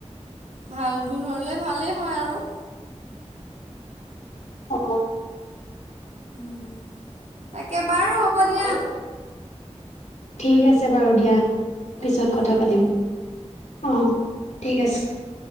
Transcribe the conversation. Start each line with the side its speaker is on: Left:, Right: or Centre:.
Right: ভাল গোলহলে ভালেই হয় আৰু
Left: অ
Right: উম তাকে বাৰু হ'ব দিয়া
Left: ঠিক আছে বাৰু দিয়া।
Right: উম
Left: পিছত
Right: উম
Left: কথা
Right: হ'ব।
Left: পাতিম অ ঠিক আছে।